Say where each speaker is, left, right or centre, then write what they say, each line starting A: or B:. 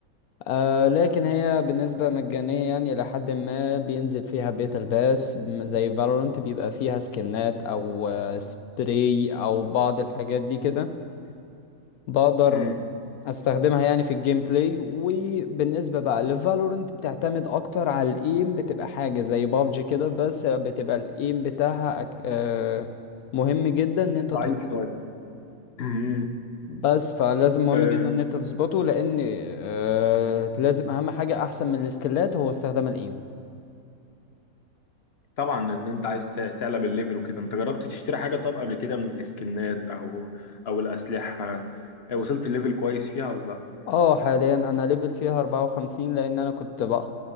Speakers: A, on the left; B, on the left.
A: آه، لكن هي بالنسبة مجانية يعني لحد ما بينزل فيها بيتا الباس م- زي فالورانت بيبقى فيها سكنات او آه، سبراي او بعض الحاجات دي كده بقدر
B: مم.
A: استخدمها يعني في الجيم بلاي وبالنسبة بقى لفالورنت بتعتمد اكتر على الايم بتبقى حاجة زي بابجي كده بس بتبقى الايم بتاعها أك... آه، مهم جدا ان انت
B: ضعيف
A: تظبطه
B: شويه مم.
A: بس فلازم مهم
B: آه
A: جدا ان انت تظبطه لان آه، لازم اهم حاجة احسن من السكيلات هو استخدام الايم
B: طبعا ان انت عايز ت- تعلى بالليفل وكده انت جربت تشتري حاجه طيب قبل كده من الاسكنات او او الاسلحه آه وصلت الليفل كويس فيها ولا لا
A: اه حاليا انا ليفل فيها 54 لان انا كنت بق-